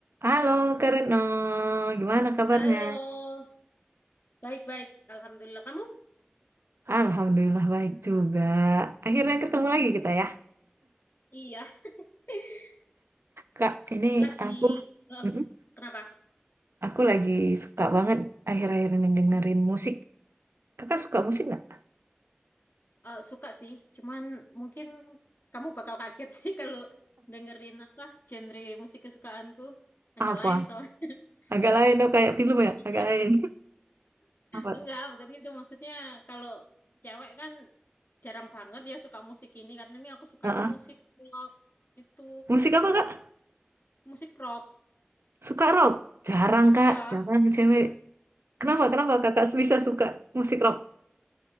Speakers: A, on the right (about 85°); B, on the left (about 60°).
A: Halo Kak Retno, gimana kabarnya?
B: Halo, baik-baik. Alhamdulillah. Kamu?
A: Alhamdulillah baik juga. Akhirnya ketemu lagi kita ya.
B: Iya, <laughs>
A: Kak, ini
B: lagi.
A: aku
B: eh,
A: mm-mm,
B: kenapa?
A: aku lagi suka banget akhir-akhir ini dengerin musik. Kakak suka musik nggak?
B: Eh, suka sih. Cuman mungkin kamu bakal kaget <laughs> sih kalau dengerin apa genre musik kesukaanku. Agak
A: Apa?
B: lain soalnya. <laughs>
A: Agak lain dong kayak film ya,
B: Iya,
A: agak lain. <laughs> Apa?
B: enggak,
A: tuh?
B: bukan itu. Maksudnya kalau cewek kan jarang banget ya suka musik ini. Karena ini aku sukanya
A: Heeh.
B: musik rock itu.
A: Musik apa Kak?
B: Musik rock.
A: Suka rock? Jarang Kak,
B: Iya.
A: jarang cewek. Kenapa? Kenapa Kakak bisa suka musik rock?